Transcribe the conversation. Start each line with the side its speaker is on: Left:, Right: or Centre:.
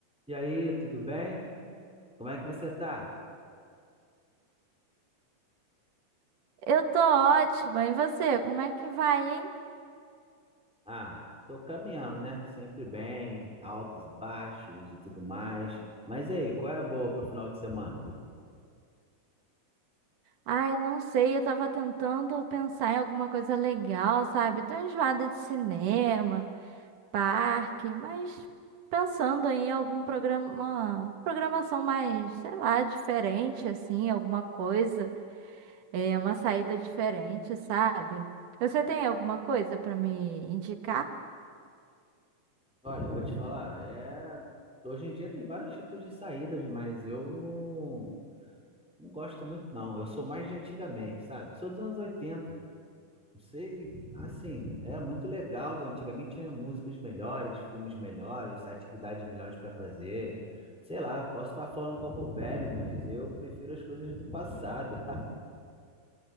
Centre: E aí, tudo bem? Como é que você tá?
Right: Eu tô ótima. E você, como é que vai, hein?
Centre: Ah, tô caminhando, né? Sempre bem, altos e baixos e tudo mais. Mas e aí, qual é a boa pro final de semana?
Right: Ai, não sei, eu tava tentando pensar em alguma coisa legal, sabe? Tô enjoada de cinema, parque, mas pensando em algum programa, programação mais, sei lá, diferente, assim, alguma coisa, é, uma saída diferente, sabe? Você tem alguma coisa pra me indicar?
Centre: Olha, eu vou te falar, é... hoje em dia tem vários tipos de saídas, mas eu não, não gosto muito, não. Eu sou mais de antigamente, sabe? Sou dos anos 80. Não sei, assim, é muito legal. Antigamente tinha músicas melhores, filmes melhores, atividades melhores para fazer. Sei lá, posso estar falando como velho, mas eu prefiro as coisas do passado.